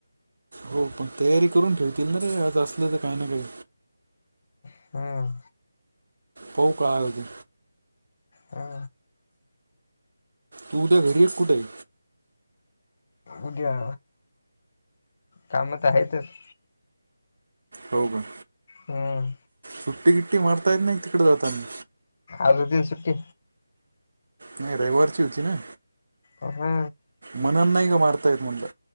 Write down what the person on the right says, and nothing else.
हो पण तयारी करून ठेवतील ना रे आज असले तर काही ना काही.
पाहू काळ अजून.
तू उद्या घरी आहे का कुठे आहे?
हो का?
सुट्टी गिट्टी मारता येत नाही तिकडे जाताने?
नाही रविवारची होती ना?
मनन नाय ग मारता येत म्हणला.